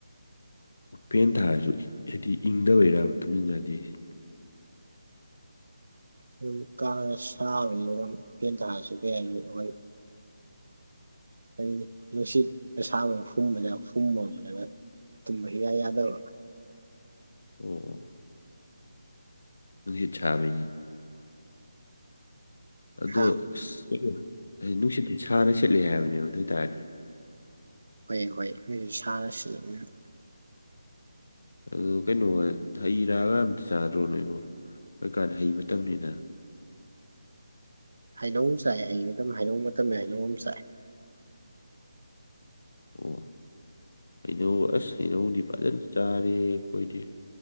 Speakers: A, on the left; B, on the right.
A: ꯐꯦꯟ ꯊꯥꯔꯁꯨ ꯍꯥꯏꯗꯤ ꯏꯪꯗꯕꯩꯔ ꯇꯨꯝꯖꯤꯟ ꯌꯥꯗꯦ ꯍꯥꯏꯁꯦ
B: ꯑꯗꯨꯝ ꯀꯥꯅ ꯁꯥꯕꯅꯤ <unintelligible> ꯑꯗꯨꯝ ꯐꯦꯟ ꯊꯥꯁꯨ ꯀꯩ ꯍꯥꯏ ꯑꯩꯈꯣꯏ ꯀꯔꯤ ꯅꯨꯡꯁꯤꯠ ꯑꯁꯥꯕꯅ ꯍꯨꯝꯕꯗ ꯍꯨꯝꯃꯃꯤꯅ ꯇꯨꯝꯕ ꯏꯌꯥ ꯌꯥꯗꯕ
A: ꯎꯝ <unintelligible> ꯅꯨꯡꯁꯤꯠ ꯆꯥꯕꯩꯅꯤ ꯑꯗꯣ
B: ꯍꯥ
A: ꯑꯁ ꯀꯩꯅꯣ ꯍꯥꯏ ꯅꯨꯡꯁꯤꯠꯇ ꯁꯥꯅ ꯁꯦꯠꯂꯤ ꯍꯥꯏꯕꯅꯦꯕ ꯑꯗꯨ ꯑꯣꯏꯇꯥꯔꯗꯤ
B: ꯍꯣꯏ ꯍꯣꯏ <unintelligible> ꯁꯥꯅ ꯁꯤꯠꯃꯤꯅ
A: ꯑꯗꯨ ꯀꯩꯅꯣꯒ ꯍꯩ ꯔꯥꯒ ꯑꯝꯇ ꯆꯥꯗ꯭ꯔꯣ ꯅꯣꯏꯕꯣ ꯍꯧꯖꯤꯀꯥꯟ ꯍꯩ ꯃꯇꯝꯅꯤꯅ
B: ꯍꯩꯅꯧ ꯆꯥꯏ ꯍꯩ ꯃꯇꯝ ꯍꯩꯅꯧ ꯃꯇꯝ ꯍꯩꯅꯧ ꯑꯃ ꯆꯥꯏꯦ
A: ꯑꯣ ꯍꯩꯅꯧ ꯑꯁ ꯍꯩꯅꯧꯗꯤ ꯐꯖꯅ ꯆꯥꯔꯦ ꯑꯩꯈꯣꯏꯗꯤ